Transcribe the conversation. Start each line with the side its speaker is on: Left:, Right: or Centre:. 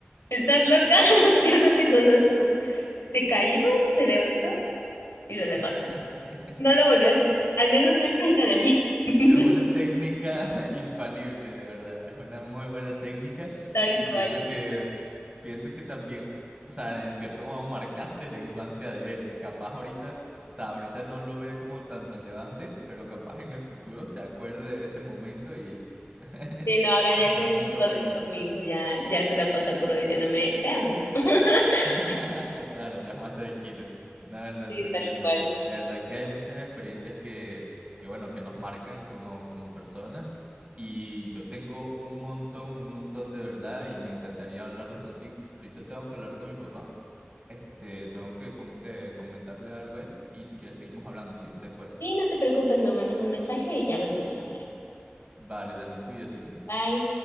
Left: ¿Estás loca? <laughs> Yo no te conozco. Se cayó, se levantó y se le
Right: <laughs>
Left: pasó. No
Right: <laughs>
Left: lo volvió a hacer, al menos no enfrente de mí, <laughs>
Right: Es una técnica <laughs> infalible, de verdad. Es una muy buena técnica
Left: tal
Right: y
Left: cual.
Right: pienso que pienso que también, o sea, en cierto modo marcaste la infancia de él. Capaz ahorita, o sea, ahorita no lo ve como tan relevante, pero capaz en el futuro se acuerde de ese momento y <laughs>
Left: Sí, no, ahora ya
Right: es
Left: es
Right: un
Left: un
Right: momento
Left: sol
Right: bonito.
Left: conmigo, ya, ya se la pasa puro diciéndome, te amo. <laughs>
Right: <laughs> Claro, ya es más tranquilo. No, no,
Left: Sí,
Right: te entiendo.
Left: tal cual.
Right: De verdad que hay muchas experiencias que, que bueno, que nos marcan como, como personas. Y yo tengo un montón, un montón de verdad y me encantaría hablarlas contigo. Ahorita tengo que hablar con mi papá. Este, tengo que com- eh, comentarle algo a él y si quieres seguimos hablando, ¿sí? Después.
Left: Sí, no te preocupes, me mandas un mensaje y ya volvemos a hablar.
Right: Vale, Dani, cuídate, ¿sí?
Left: Bye.